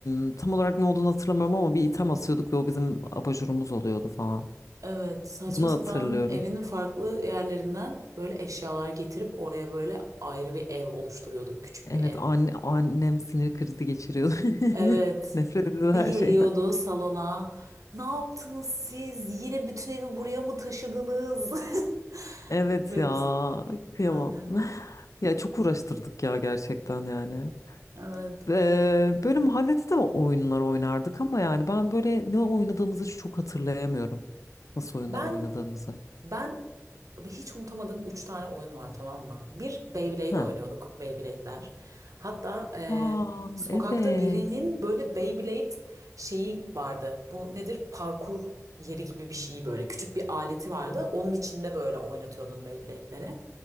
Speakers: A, on the left; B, on the right.
A: mm, tam olarak ne olduğunu hatırlamıyorum ama bir item asıyorduk ve o bizim abajurumuz oluyordu falan.
B: Evet saçma
A: Bunu
B: sapan
A: hatırlıyorum.
B: evinin farklı yerlerinden böyle eşyalar getirip oraya böyle ayrı bir ev oluşturuyorduk. Küçük
A: Evet
B: bir ev.
A: anne, annem sinir krizi geçiriyordu. <laughs>
B: Evet
A: Nefret ediyordu
B: bir
A: her
B: geliyordu
A: şeyden.
B: salona. Ne yaptınız siz? Yine bütün evi buraya mı taşıdınız? <laughs>
A: Evet
B: Ve
A: ya
B: biz-
A: kıyamam.
B: Aynen.
A: Ya çok uğraştırdık ya gerçekten yani.
B: Evet.
A: Ee, böyle mahallede de oyunlar oynardık ama yani ben böyle ne oynadığımızı çok hatırlayamıyorum. Nasıl oyunlar
B: Ben
A: oynadığımızı.
B: ben Abi Hiç unutamadığım 3 tane oyun var tamam mı? Bir Beyblade
A: Heh.
B: oynuyorduk. Beyblade'ler. Hatta e,
A: Aa,
B: sokakta
A: evet.
B: birinin böyle Beyblade şeyi vardı. Bu nedir? Parkur yeri gibi bir şeyi böyle. Küçük bir aleti vardı. Onun içinde böyle oynatıyordun Beyblade'leri.